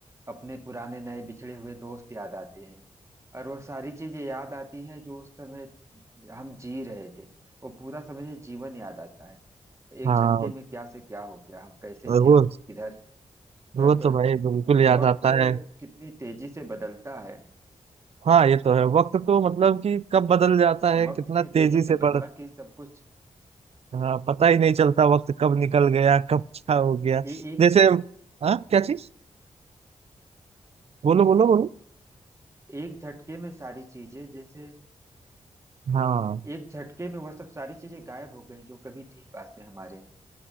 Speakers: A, on the right; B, on the right.
A: अपने पुराने नए बिछड़े हुए दोस्त याद आते हैं और वो सारी चीजें याद आती हैं जो उस समय हम जी रहे थे वो पूरा समझिए जीवन याद आता है एक
B: हाँ
A: झटके में क्या से क्या हो गया हम कैसे
B: और
A: थे
B: वो
A: और किधर मतलब
B: वो तो भाई बिल्कुल
A: अ,
B: याद
A: वक्त
B: आता है
A: कितनी तेजी से बदलता है
B: हाँ ये तो है वक्त तो मतलब कि कब बदल जाता है
A: वक्त
B: कितना
A: इतनी
B: तेजी
A: तेजी से
B: से बढ़
A: बदला कि सब कुछ
B: हाँ पता ही नहीं चलता वक्त कब निकल गया कब क्या हो गया
A: ए, एक
B: जैसे हाँ क्या चीज बोलो बोलो बोलो
A: एक झटके में सारी चीजें जैसे
B: हाँ
A: एक झटके में वह सब सारी चीजें गायब हो गई जो कभी थी पास में हमारे